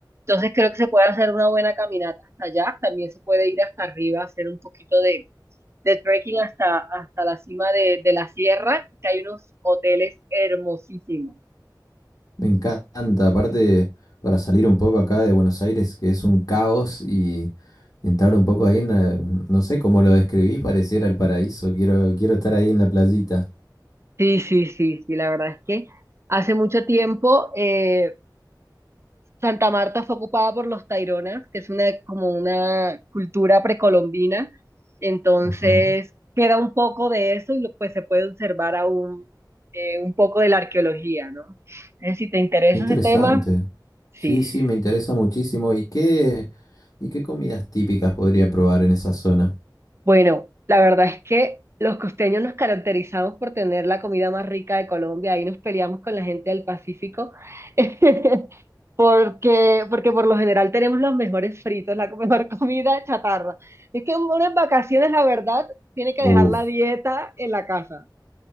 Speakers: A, on the right; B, on the left.
A: Entonces creo que se puede hacer una buena caminata hasta allá. También se puede ir hasta arriba, hacer un poquito de, de trekking hasta, hasta la cima de, de la sierra, que hay unos hoteles hermosísimos.
B: Me encanta, aparte para salir un poco acá de Buenos Aires, que es un caos, y, entrar un poco ahí en la- no sé cómo lo describís, pareciera el paraíso. Quiero, quiero estar ahí en la playita.
A: Sí, sí, sí, sí, la verdad es que hace mucho tiempo eh, Santa Marta fue ocupada por los Taironas, que es una, como una cultura precolombina. Entonces,
B: Ajá.
A: queda un poco de eso y lo- pues se puede observar aún eh, un poco de la arqueología, ¿no? Entonces, si te interesa
B: Qué interesante.
A: ese tema, sí,
B: Sí, sí,
A: sí.
B: me interesa muchísimo. ¿Y qué, y qué comidas típicas podría probar en esa zona?
A: Bueno, la verdad es que los costeños nos caracterizamos por tener la comida más rica de Colombia. Ahí nos peleamos con la gente del Pacífico. <laughs> Porque, porque por lo general tenemos los mejores fritos, la <laughs> mejor comida chatarra. Es que uno en vacaciones, la verdad, tiene que
B: Uf,
A: dejar la dieta en la casa.